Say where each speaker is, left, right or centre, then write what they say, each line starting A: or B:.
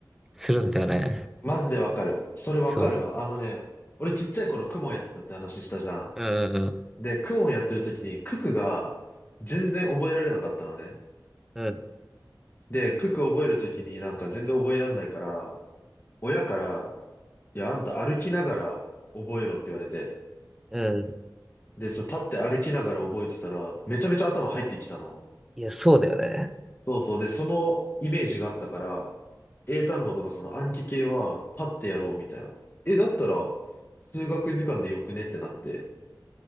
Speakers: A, in the centre; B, on the left.
A: するんだよね。
B: マジでわかる。それわかるわ。
A: そ
B: あのね、俺ちっちゃい頃クモンやってたって話したじゃん。
A: う。うんうん
B: で、クモンやってる時にククが全然覚えられなかったのね。
A: うん。
B: で、クク覚える時になんか全然覚えらんないから、親から、いや、あんた歩きながら覚えろって言われて。
A: うん。うん。
B: で、そう、立って歩きながら覚えてたら、めちゃめちゃ頭入ってきたの。
A: いや、そうだよね。
B: そうそう。で、そのイメージがあったから、英単語とかその暗記系は立ってやろうみたいな。え、だったら、数学時間でよくねってなって。